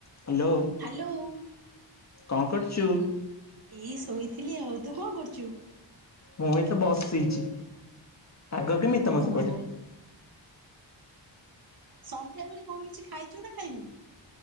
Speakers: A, on the left; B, on the right.
A: Hello
B: hello
A: କଣ କରଚୁ?
B: ଏଇ ଶୋଇଥିଲି ଆଉ ତୁ କଣ କରୁଛୁ?
A: ମୁଁ ଏଇ ତ ବସିଚି ପାଗ କେମିତି
B: ଓହୋ
A: ତମ ସେପଟେ?
B: ସନ୍ଧ୍ୟା ବେଳେ କଣ କିଛି ଖାଇଛୁ ନା ଖାଇନୁ?